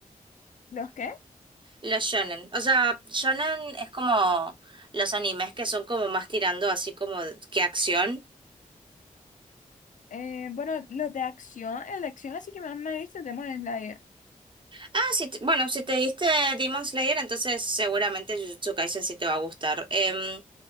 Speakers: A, on the left (about 60°); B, on the right (about 35°).
A: ¿Los qué?
B: Los shonen. O sea, shonen es como los animes que son como más tirando así como que acción.
A: Eh, bueno, los de acción, el de acción así que más me he visto es Demon Slayer.
B: Ah, sí, te- bueno, si te diste Demon Slayer, entonces seguramente Jujutsu Kaisen sí te va a gustar. Em,